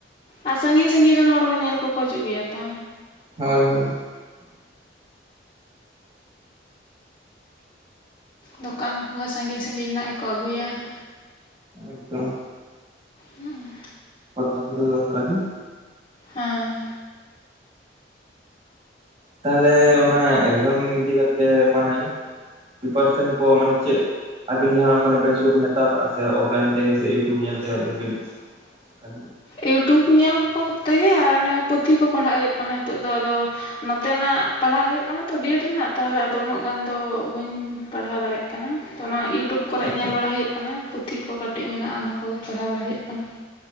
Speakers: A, on the left; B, on the right.
A: ᱟᱨ ᱥᱟᱺᱜᱤᱧ ᱥᱟᱺᱜᱤᱧ ᱨᱮᱱ ᱦᱚᱲ ᱠᱚ ᱧᱮᱞ ᱠᱚᱠᱚ ᱦᱤᱡᱩᱜ ᱜᱮᱭᱟ ᱛᱚ᱾
B: ᱦᱚᱭ ᱦᱚᱭ
A: ᱫᱚᱠᱟᱱ ᱠᱚ ᱥᱟᱺᱜᱤᱧ ᱥᱟᱺᱜᱤᱧ ᱨᱮᱱᱟᱜ ᱜᱮᱠᱚ ᱟᱹᱜᱩᱭᱟ ᱾
B: ᱮᱠᱫᱚᱢ
A: ᱦᱩᱸ
B: ᱯᱟᱛᱟ ᱯᱚᱨ ᱫᱚ ᱚᱱᱠᱟᱜ ᱜᱮ
A: ᱦᱮᱸ
B: ᱛᱟᱦᱚᱞᱮ ᱚᱱᱟ ᱮᱠᱡᱟᱢ ᱤᱫᱤ ᱠᱟᱛᱮ ᱢᱟᱱᱮ ᱯᱨᱤᱯᱟᱨᱮᱥᱚᱱ ᱠᱚ ᱢᱟᱱᱮ ᱪᱮᱫ ᱟᱹᱵᱤᱱ ᱡᱟᱦᱟᱸ ᱚᱱᱠᱟᱱᱟᱜ ᱵᱮᱪ ᱠᱚᱵᱤᱱ ᱦᱟᱛᱟᱣ ᱠᱟᱜᱼᱟ ᱥᱮ ᱚᱯᱷᱞᱟᱭᱤᱱ ᱛᱮᱜᱮ ᱥᱮ ᱤᱭᱩᱴᱩᱵᱽ ᱧᱮᱞ ᱛᱮᱜᱮ ᱟᱹᱵᱤᱱ ᱵᱤᱱ <unintelligible>
A: ᱤᱭᱩᱴᱩᱵᱽ ᱧᱮᱞ ᱠᱚᱛᱮᱜᱮ ᱟᱨ ᱚᱱᱮ ᱯᱩᱛᱷᱤ ᱠᱚ ᱯᱟᱲᱦᱟᱜ ᱦᱩᱭᱩᱜ ᱠᱟᱱᱟ ᱱᱤᱛᱚᱜ ᱫᱚ ᱟᱫᱚ ᱱᱚᱛᱮᱱᱟᱜ ᱯᱟᱲᱦᱟᱜ ᱦᱩᱭᱩᱜ ᱠᱟᱱᱟ ᱛᱚ ᱵᱤᱭᱮᱰ ᱨᱮᱱᱟᱜ ᱛᱟᱦᱚᱞᱮ ᱟᱫᱚ ᱩᱱᱟᱹᱜ ᱜᱟᱱ ᱫᱚ ᱵᱟᱹᱧ ᱯᱟᱲᱦᱟᱣ ᱫᱟᱲᱭᱟᱜ ᱠᱟᱱᱟ ᱾ ᱛᱚ ᱚᱱᱟ ᱤᱭᱩᱴᱩᱵᱽ ᱠᱚᱨᱮ
B: ᱟᱪᱪᱷᱟ
A: ᱧᱮᱞ
B: ᱟᱪᱪᱷᱟ
A: ᱵᱟᱲᱟ ᱦᱩᱭᱩᱜ ᱠᱟᱱᱟ ᱯᱩᱛᱷᱤ ᱠᱚ ᱠᱟᱹᱴᱤᱡ ᱢᱮᱱᱟ-ᱟ ᱚᱱᱟ ᱠᱚᱜᱮ ᱯᱟᱲᱦᱟᱣ ᱵᱟᱲᱟ ᱦᱩᱭᱩᱜ ᱠᱟᱱᱟ ᱾